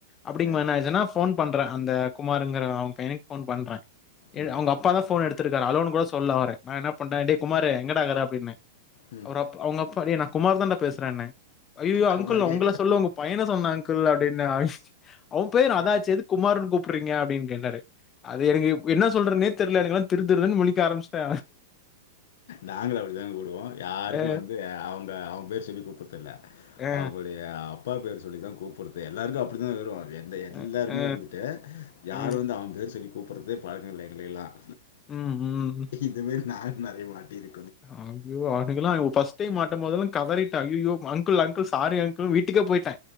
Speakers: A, on the left (about 20°); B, on the left (about 70°).
A: அப்படிங்கும்போது
B: அஹ்,
A: என்ன ஆச்சுனா ஃபோன் பண்றே அந்த குமாருங்குற அவங்க பையனுக்கு ஃபோன் பண்றே
B: ம்
A: அவங்க அப்பாதா ஃபோன் எடுத் த்துருக்காரு அலோனு கூட சொல்ல அவரு நா என்ன பண்டே டேய் குமாரு எங்கடா இருக்குற அப்பிடினே
B: ம்
A: அப்பரோ அவங்க அப்பா நான் குமார தண்டா பேசுறேன்ன ஐயயோ
B: குமாருக்கு
A: அங்கிள் உங்க சொல்ல உங்க பையன சொன்னே அங்கிள் அப்படின்னு அவன் பெயர் அதாச்சே எதுக்கு குமார்ன்னு கூப்டுறீங்க அப்டின்னு கேட்டாரு அது எனக்கு என்ன சொல்றனே தெரியில எனக்கலாம் திரு திருன்னு முழிக்க ஆரம்பிச்சிட்டே
B: நாங்கள அப்படித்தான் கூடுவோம் யாருக்கும்
A: அ,
B: வந்து அவங்க அவன் பேர் சொல்லி கூப்படுறதுல்ல
A: அ,
B: அவங்க அப்பா பேர் சொல்லிதான் கூப்பிடுறது எல்லாருக்கும் அப்படித்தான் வரும் எந்த எல்லாருமே
A: அ, அ,
B: வந்துட்டு யாரும்
A: அ,
B: வந்து அவன் பேர் சொல்லி கூப்புறதே பழக்க இல்ல எங்களுக்கெல்லாம்
A: ம், ம்.
B: இந்த மேரி நானும் நெறைய மாட்டி இரு
A: <unintelligible> ஃபர்ஸ்ட் டைம் மாட்டும் போதல்லும் கதறி ஐயையோ அங்குள் அங்குள் சாரி அங்குள் வீட்டுகே போயிட்டே